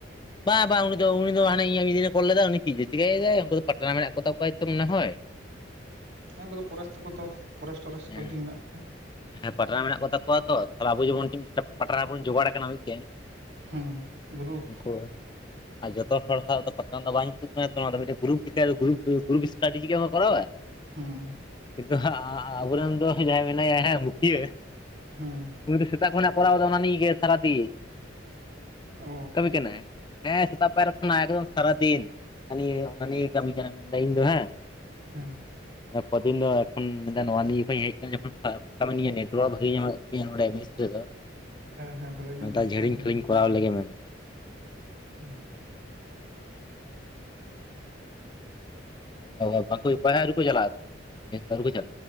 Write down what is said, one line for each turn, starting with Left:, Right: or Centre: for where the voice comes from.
Left: ᱵᱟᱝ ᱵᱟᱝ ᱩᱱᱤ ᱫᱚ ᱩᱱᱤ ᱫᱚ ᱦᱟᱱᱮ ᱤᱧᱟᱹᱜ ᱢᱤᱫ ᱫᱤᱱᱮ ᱠᱚᱞ ᱞᱮᱫᱟ ᱩᱱᱤ ᱪᱮᱫ ᱮ ᱪᱤᱠᱟᱹᱭᱮᱫᱟᱭ ᱩᱱᱠᱩ ᱫᱚ ᱯᱟᱴᱱᱟ ᱢᱮᱱᱟᱜ ᱠᱚᱛᱟ ᱠᱟᱭ ᱢᱚᱱᱮ ᱦᱳᱭ <inaudible>
Right: ᱦᱮᱸ ᱩᱱᱠᱩ ᱫᱚ ᱯᱷᱚᱨᱮᱥ ᱛᱟᱠᱚ ᱫᱚ ᱯᱷᱚᱨᱮᱥᱴ ᱴᱚᱨᱮᱥᱴ
Left: ᱦᱮᱸ
Right: ᱠᱚ ᱡᱩᱫᱤ ᱢᱮᱱᱟᱜ ᱠᱚ ᱠᱷᱟᱱ
Left: ᱦᱮᱸ ᱯᱟᱴᱨᱟ ᱢᱮᱱᱟᱜ ᱠᱚᱛᱟᱣᱟ ᱛᱟᱦᱚᱞᱮ ᱟᱵᱚ ᱡᱮᱢᱚᱱ ᱯᱟᱴᱨᱟ ᱵᱚᱱ ᱡᱳᱜᱟᱲ ᱟᱠᱟᱱᱟ ᱢᱤᱫᱴᱮᱱ
Right: ᱦᱮᱸ ᱜᱨᱩᱯ
Left: ᱚᱠᱚᱨ ᱟᱨ ᱡᱚᱛᱚ ᱦᱚᱲ ᱥᱟᱶ ᱫᱚ ᱯᱟᱴᱱᱟᱨ ᱫᱚ ᱵᱟᱝ ᱡᱩᱛᱩᱜ ᱠᱟᱱᱟ ᱛᱚ ᱜᱨᱩᱯ ᱜᱨᱩᱯ ᱜᱨᱩᱯ ᱥᱴᱟᱰᱤ ᱪᱮᱠᱟᱭ ᱠᱚᱨᱟᱣᱟ
Right: ᱦᱮᱸ
Left: ᱱᱤᱛ ᱫᱚ ᱦᱟᱸᱜ ᱟᱵᱚᱨᱮᱱ ᱫᱚ ᱡᱟᱦᱟᱸᱭ ᱢᱮᱱᱟᱭᱟ ᱦᱮᱸ ᱢᱩᱠᱷᱤᱭᱟᱹ
Right: ᱦᱮᱸ
Left: ᱩᱱᱤ ᱫᱚ ᱥᱮᱛᱟᱜ ᱠᱷᱚᱱ ᱮ ᱠᱚᱨᱟᱣ ᱮᱫᱟ ᱚᱱᱟ ᱱᱤᱭᱟᱹ ᱜᱮ ᱥᱟᱨᱟᱫᱤᱱ
Right: ᱚ
Left: ᱠᱟᱹᱢᱤ ᱠᱟᱱᱟᱭ ᱦᱮᱸ ᱥᱮᱛᱟᱜ ᱯᱟᱭᱨᱟ ᱠᱷᱚᱱᱟᱜ ᱮᱠᱫᱚᱢ ᱥᱟᱨᱟᱫᱤᱱ ᱱᱤᱭᱮ ᱚᱱᱟ ᱱᱤᱭᱮ ᱠᱟᱹᱢᱤ ᱠᱟᱱᱟ ᱢᱮᱱᱫᱟ ᱤᱧ ᱫᱚ ᱦᱮᱸ
Right: ᱦᱮᱸ
Left: ᱠᱚᱫᱤᱱ ᱫᱚ ᱮᱠᱷᱚᱱ ᱢᱮᱱᱫᱟ ᱱᱚᱣᱟ ᱱᱤᱭᱟᱹ ᱠᱷᱚᱱ ᱤᱧ ᱦᱮᱡ ᱟᱠᱟᱱᱟ ᱡᱚᱠᱷᱚᱱ ᱛᱤᱭᱟᱹ ᱱᱮᱴᱣᱟᱨᱠ ᱵᱷᱟᱹᱜᱤ ᱧᱟᱢᱚᱜ ᱚᱱᱟᱛᱮ ᱱᱚᱰᱮ ᱢᱮᱥ ᱨᱮᱫᱚ
Right: ᱦᱮᱸ ᱦᱮᱸ ᱵᱷᱟᱞᱮ ᱧᱟᱢ
Left: ᱢᱮᱱ ᱫᱟᱭ ᱡᱷᱟᱹᱲᱤᱧ
Right: ᱛᱟᱭ ᱧᱟᱢ
Left: ᱠᱷᱟᱹᱞᱤᱧ ᱠᱚᱨᱟᱣ ᱞᱮᱜᱮ ᱢᱮᱱᱫᱟ
Right: ᱚ
Left: ᱚ ᱵᱟᱝ ᱵᱟᱦᱟ ᱨᱮᱠᱚ ᱪᱟᱞᱟᱜᱼᱟ ᱢᱮᱥ ᱫᱚ ᱟᱹᱣᱨᱤ ᱠᱚ ᱪᱟᱞᱟᱜ